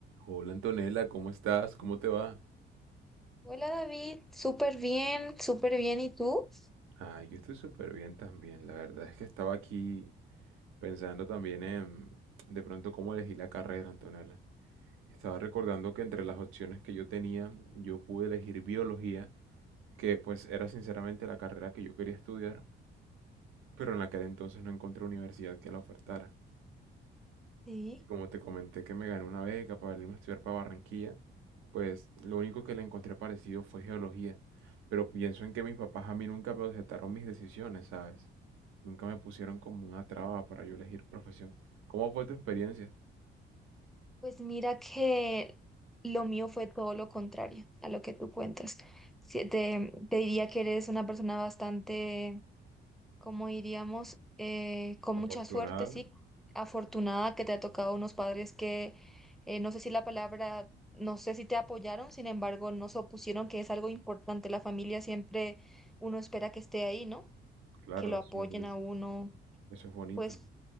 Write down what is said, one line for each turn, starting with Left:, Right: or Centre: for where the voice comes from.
Right: Hola Antonella, ¿cómo estás? ¿Cómo te va?
Centre: Hola David, súper bien, súper bien. ¿Y tú?
Right: Ah, yo estoy súper bien también. La verdad es que estaba aquí pensando también en de pronto cómo elegí la carrera, Antonella. Estaba recordando que entre las opciones que yo tenía, yo pude elegir biología, que pues era sinceramente la carrera que yo quería estudiar, pero en aquel entonces no encontré universidad que la ofertara.
Centre: Sí.
Right: Y como te comenté que me gané una beca para irme a estudiar para Barranquilla, pues lo único que le encontré parecido fue geología. Pero pienso en que mis papás a mí nunca me objetaron mis decisiones, ¿sabes? Nunca me pusieron como una traba para yo elegir profesión. ¿Cómo fue tu experiencia?
Centre: Pues mira que lo mío fue todo lo contrario a lo que tú cuentas. Sí, te, te diría que eres una persona bastante, como diríamos, eh, con mucha
Right: Afortunada,
Centre: suerte, sí, afortunada que te ha tocado unos padres que, eh, no sé si la palabra, no sé si te apoyaron, sin embargo, no se opusieron, que es algo importante. La familia siempre uno espera que esté ahí, ¿no?
Right: claro,
Centre: Que lo
Right: eso
Centre: apoyen
Right: es,
Centre: a uno.
Right: eso es bonito.
Centre: Pues